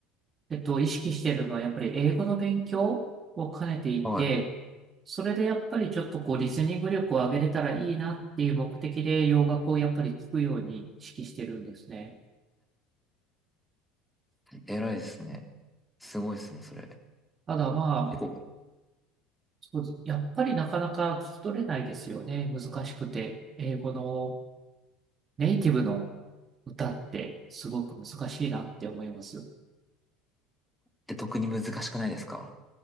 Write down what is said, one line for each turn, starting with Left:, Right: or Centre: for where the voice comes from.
Right: えっと、意識しているのはやっぱり英語の勉強を兼ねていて、
Centre: はい。
Right: それでやっぱりちょっとこうリスニング力を上げれたらいいなっていう目的で洋楽をやっぱり聞くように意識してるんですね。
Centre: 偉いですね。すごいですね、それ。
Right: ただまあ、
Centre: 結構、
Right: そうです。やっぱりなかなか聞き取れないですよね。難しくて。英語のネイティブの歌ってすごく難しいなって思います。
Centre: で、特に難しくないですか